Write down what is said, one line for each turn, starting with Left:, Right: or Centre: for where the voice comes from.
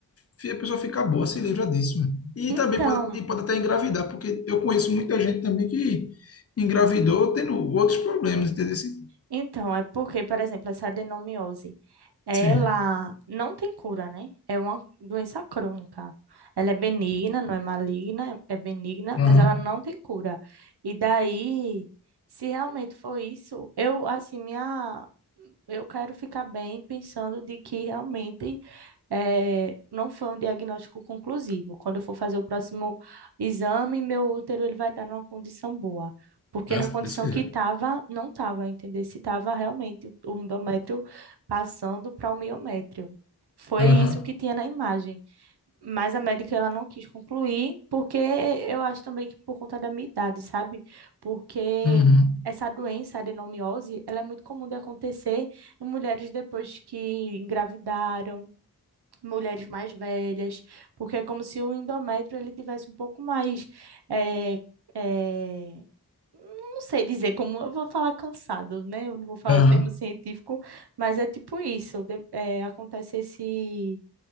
Left: fi- a pessoa fica boa, se livra disso. mano. E
Right: Então,
Left: também pode, e pode até engravidar, porque eu conheço muita gente também que engravidou tendo outros problemas, entendeu? Sim.
Right: então, é porque, por exemplo, essa adenomiose. Ela
Left: Sim.
Right: não tem cura, né? É uma doença crônica. Ela é benigna, não é maligna, é benigna,
Left: Aham.
Right: mas ela não tem cura. E daí, se realmente for isso, eu, assim, minha, eu quero ficar bem pensando de que realmente é, não foi um diagnóstico conclusivo. Quando eu for fazer o próximo exame, meu útero ele vai estar numa condição boa. Porque
Left: Mas,
Right: na
Left: se
Right: condição
Left: Deus quiser.
Right: que estava, não estava, entender se estava realmente o o endométrio passando para o miométrio. Foi
Left: Aham.
Right: isso que tinha na imagem. Mas a médica ela não quis concluir, porque eu acho também que por conta da minha idade, sabe? Porque
Left: Uhum.
Right: essa doença, a adenomiose, ela é muito comum de acontecer em mulheres depois que engravidaram, mulheres mais velhas, porque é como se o endométrio ele tivesse um pouco mais, é, é, não sei dizer como, eu vou falar cansado, né? Eu não vou falar
Left: Aham.
Right: o termo científico, mas é tipo isso, de- é, acontece esse,